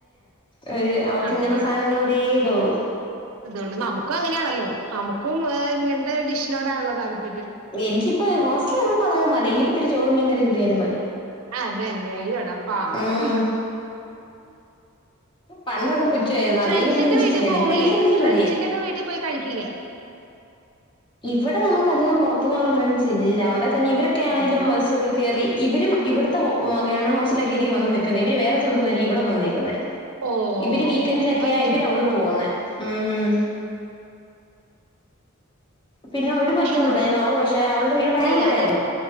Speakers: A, on the left; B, on the right.
A: ഏ അവർക്ക്
B: അങ്ങനെയാണ്
A: ഇങ്ങനെ സാധനങ്ങളോടെേ ഇ്തൊള്ളൂ
B: ഇതൊള്ളൂ നമുക്കും അങ്ങനെയാണല്ലോ നമുക്കും ഇങ്ങനത്തെ ഡിഷിനോടാണല്ലോ താല്പര്യം
A: എനിക്കിപ്പോ ഹോസ്റ്റൽ വന്നപ്പോ അതങ് മതി ഇനിപ്പോ ഇത്തിരി ചോറ് മീൻകറി കിട്ടിയാലും മതി
B: അതന്നെ അയ്യോട പാവം
A: ഉം പണ്ടൊക്കെ പുച്ഛമായിരുന്നു
B: ഫ്രണ്ട്സിന്റെ
A: അവിയലൊന്നും എനിക്കിഷ്ടല്ലായിരുന്നു
B: വീട്ടിൽ പോവൂലേ?
A: ഇപ്പൊ എനിക്ക് എന്തേലും
B: ഫ്രണ്ട്സിന്റെ
A: മതി
B: ഒക്കെ വീട്ടിൽ പോയി കഴിക്കില്ലേ?
A: ഇവടെ നമക്ക് അധികം പൊറത്തുന്നുള്ള ഫ്രണ്ട്സ് ഇല്ല ഒണ്ടേ തന്നെ ഇവരെ ക്കെ ആണെലും
B: ഇല്ല
A: വസ്സോക്കെ കേറി ഇവരും ഇവിടുത്തെ ഹോ ഗവൺമെന്റ് ഹോസ് സ്പിറ്റലൊക്കെയായിരിക്കും വന്ന് നിക്കുന്നെ ഇവര് വേറെ സ്ഥലത്തുന്നായിരിക്കും ഇവടെ വന്ന് നിക്കുന്നെ
B: ഓ ഓ
A: ഇവര് വീക്കെൻഡിലൊക്കെയ
B: ഓ അപ്പൊ പറ്റൂല
A: ഇവര് അവിടെന്ന് പോന്നേ ഉം പിന്നെ ഒരു കൊച്ച്
B: എന്ത്
A: ഒണ്ടായിരുന്നു അവള് പക്ഷെ അവളുടെ വീട് ബാംഗ്ലൂരായിരുന്നു
B: ചെയ്യാനാ